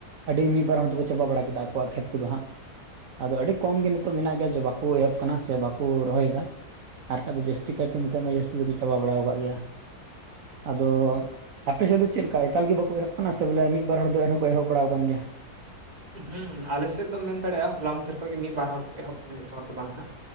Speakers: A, on the right; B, on the right.
A: ᱟᱹᱰᱤ ᱢᱤᱫ ᱵᱟᱨ ᱦᱚᱲ ᱫᱚᱠᱚ ᱪᱟᱵᱟ ᱵᱟᱲᱟ ᱠᱮᱫᱟ ᱟᱠᱚᱣᱟᱜ ᱠᱷᱮᱛ ᱠᱚᱫᱚ ᱦᱟᱸᱜ ᱾ ᱟᱫᱚ ᱟᱹᱰᱤ ᱠᱚᱢ ᱜᱮ ᱱᱤᱛᱚᱜ ᱢᱮᱱᱟᱜ ᱜᱮᱭᱟ ᱡᱮ ᱵᱟᱠᱚ ᱮᱦᱚᱵ ᱠᱟᱱᱟ ᱥᱮ ᱵᱟᱠᱚ ᱨᱚᱦᱚᱭᱮᱫᱟ ᱾ ᱟᱨ ᱠᱷᱟᱡ ᱫᱚ ᱡᱟᱹᱥᱛᱤ ᱠᱟᱭᱛᱮ ᱢᱮᱛᱟᱜ ᱢᱮ ᱡᱟᱹᱥᱛᱤ ᱫᱚᱠᱚ ᱪᱟᱵᱟ ᱵᱟᱲᱟᱣᱟᱠᱟᱫ ᱜᱮᱭᱟ ᱾ ᱟᱫᱚ ᱟᱯᱮ ᱥᱮᱫ ᱫᱚ ᱪᱮᱫ ᱞᱮᱠᱟ ᱮᱠᱟᱞ ᱜᱮ ᱵᱟᱠᱚ ᱮᱦᱚᱵ ᱟᱠᱟᱱᱟ ᱥᱮ ᱵᱚᱞᱮ ᱢᱤᱫ ᱵᱟᱨ ᱦᱚᱲ ᱫᱚ ᱮᱱᱦᱚᱸ ᱮᱦᱚᱵ ᱵᱟᱲᱟ ᱟᱠᱟᱱ ᱜᱮᱭᱟ?
B: ᱦᱮᱸ ᱟᱞᱮᱥᱮᱫ ᱫᱚᱢ ᱢᱮᱱ ᱫᱟᱲᱮᱭᱟᱜ-ᱟ ᱦᱚᱞᱟ ᱢᱟᱫᱷᱮᱨ ᱠᱷᱚᱱ ᱜᱮ ᱢᱤᱫ ᱵᱟᱨ ᱦᱚᱲ ᱠᱚ ᱮᱦᱚᱵ ᱟᱠᱟᱱᱟ ᱡᱚᱛᱚ ᱦᱚᱲ ᱫᱚ ᱵᱟᱝ ᱦᱟᱸᱜ